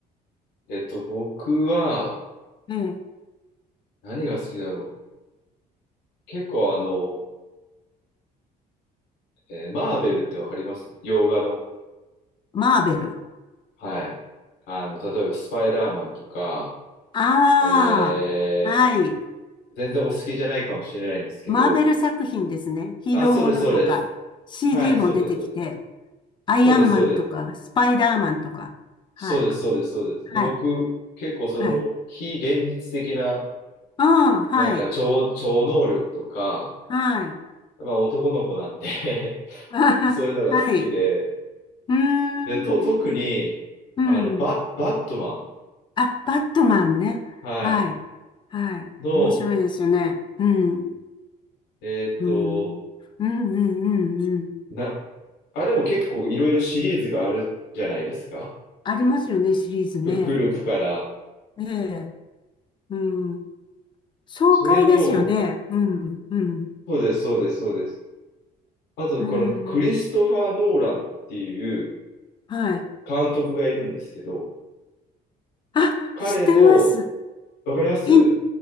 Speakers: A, on the left; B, on the left.
A: えっと、僕は、
B: ええ、
A: 何が好きだろう。結構あの、えーマーベルってわかります洋画の。
B: マーベル。
A: はい。あの、例えばスパイダーマンとか、
B: ああ、
A: え
B: はい。
A: ー、全然お好きじゃないかもしれないんですけど、
B: マーベル作品ですね。ヒーローものとか、
A: あ、そうです、そうです。
B: CD
A: はい、
B: も出てきて、
A: そうです、そうです。
B: アイアンマンとか、
A: そうです、そうです。
B: スパイダーマンとか。
A: そうです、
B: はい。
A: そうです、そうです。
B: はい。
A: で、僕、結構その、
B: はい。
A: 非現実的な
B: ああ、はい。
A: なんか超、超能力とか、
B: はい。
A: まあ男の子なんで
B: <laughs> あはははい。
A: <laughs> そういうのが好きで、
B: うーん。
A: で、と、特に、
B: うん。
A: あの、バ、バットマン、
B: あ、バットマンね。
A: はい、
B: はい。はい。
A: の、
B: 面白いですよね。うん。
A: えーっと、
B: うん。うんうんうんうん。
A: な、あれも結構いろいろシリーズがあるじゃないですか。
B: ありますよね、シリーズね。
A: ふ、古くから。
B: ええ。うん。爽快ですよね。
A: それの、
B: うん。うん。
A: そうです、そうです、そうです。あと、
B: うん
A: このクリストファー・ノーランっていう
B: はい。
A: 監督がいるんですけど、
B: あ、
A: 彼の、
B: 知ってます。
A: わかります
B: イン、